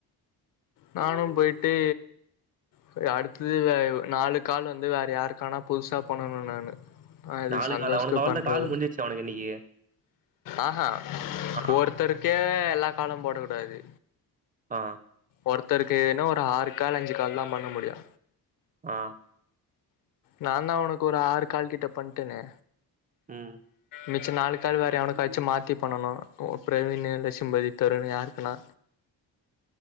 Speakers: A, on the left; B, on the right.
A: நானு பொயிட்டு செரி அடுத்தது வேற நாலு காலு வந்து வேற யாருக்கானா புதுசா பண்ணனு நானு ஆ இது
B: நாலு
A: சந்தோஷ்ட்ட
B: கால் அவனுக்கு அவள்தான்
A: பண்றது
B: கால் முடிஞ்சிச்சு அவனுக்கு இன்னைக்கு
A: ஆஹா
B: ஆ
A: ஒருத்தருக் கே எல்லா காலு போட குடாது
B: ஆ
A: ஒருத்தருக்கு என்னா ஒரு ஆறு கால் அஞ்சி கால் தா பண்ண முடியு
B: ஆ
A: நா தா ஒனக்கு ஒரு ஆறு கால் கிட்ட பண்ட்டனே
B: ம்
A: மிச்ச நாலு கால் வேற எவனுகாச்சு மாத்தி பண்ணனு பிரவீனு இல்ல சிம்பவித் தருனு யாருக்குன்னா